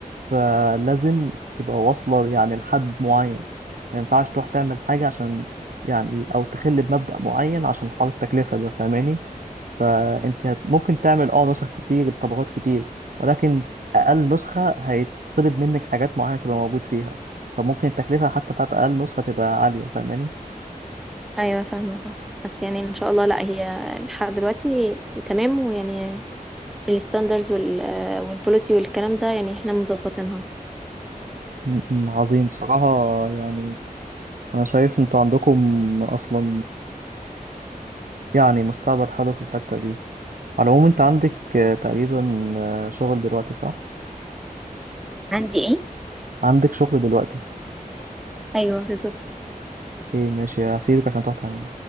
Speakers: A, on the right; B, in the centre.
A: فلازم تبقى واصلة يعني لحد معين ما ينفعش تروح تعمل حاجة عشان يعني أو تخل بمبدأ معين عشان حوار التكلفة ده فاهماني فأنت هت- ممكن تعمل اه نسخ كتير طبقات كتير ولكن أقل نسخة هيطلب منك حاجات معينة تبقى موجود فيها فممكن التكلفة حتى بتاعت أقل نسخة تبقى عالية فاهماني
B: ايوه فاهمة فاهمة. بس يعني ان شاء الله لا هي لحد دلوقتي تمام ويعني الستاندرز والبوليسي والكلام ده يعني احنا مظبطينها
A: م- عظيم بصراحة يعني أنا شايف أنتوا عندكم أصلا يعني مستقبل حلو في الحتة دي على العموم أنت عندك آه، تقريبا آه، شغل دلوقتي صح؟
B: عندي ايه
A: عندك شغل دلوقتي
B: ايوه بالظبط.
A: إيه ماشي هسيبك عشان تروح تعمل